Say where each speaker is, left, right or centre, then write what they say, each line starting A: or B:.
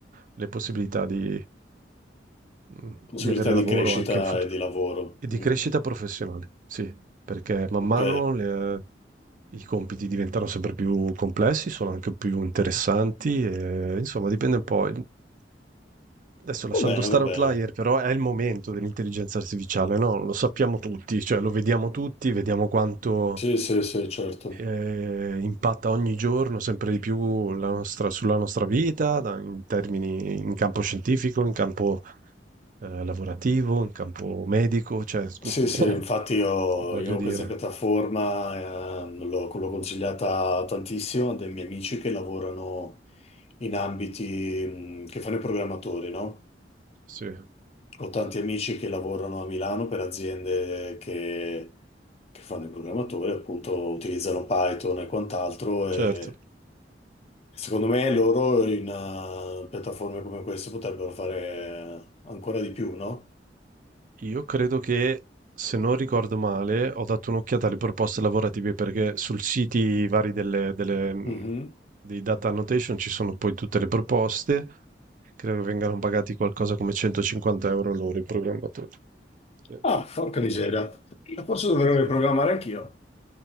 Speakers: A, on the right (about 45°); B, on the left (about 35°).
A: le possibilità di, mm,
B: Possibilità
A: di avere lavoro
B: di crescita
A: anche in futuro.
B: e di lavoro.
A: E di
B: Mm.
A: crescita professionale, sì, perché man
B: Ok,
A: mano le- eh, i compiti diventano sempre più complessi, sono anche più interessanti, e, insomma dipende un po'. Adesso lasciando
B: va bene,
A: stare
B: va
A: Outlier,
B: bene.
A: però è il momento dell'intelligenza artificiale, no? Lo sappiamo tutti, cioè lo vediamo tutti, vediamo quanto
B: Sì, sì, sì, certo.
A: eh, impatta ogni giorno sempre di più la nostra- sulla nostra vita, da- in termini in campo scientifico, in campo eh, lavorativo, in campo medico, cioè,
B: Sì,
A: <laughs>
B: sì, infatti io,
A: voglio
B: io
A: dire,
B: questa piattaforma eh, l'ho l'ho consigliata tantissimo a dei miei amici che lavorano. in ambiti mh, che fanno i programmatori, no?
A: sì,
B: Ho tanti amici che lavorano a Milano per aziende che, che fanno i programmatori, appunto utilizzano Python e quant'altro
A: certo.
B: e secondo me loro in eh, piattaforme come queste potrebbero fare ancora di più, no?
A: Io credo che, se non ricordo male, ho dato un'occhiata alle proposte lavorative perché sul siti vari delle, delle, mm,
B: Mhm.
A: dei data annotation ci sono poi tutte le proposte. Credo che vengano pagati qualcosa come 150 euro loro i programmatori. Sì,
B: Ah, porca miseria. Forse dovrei
A: sì.
B: riprogrammare anch'io.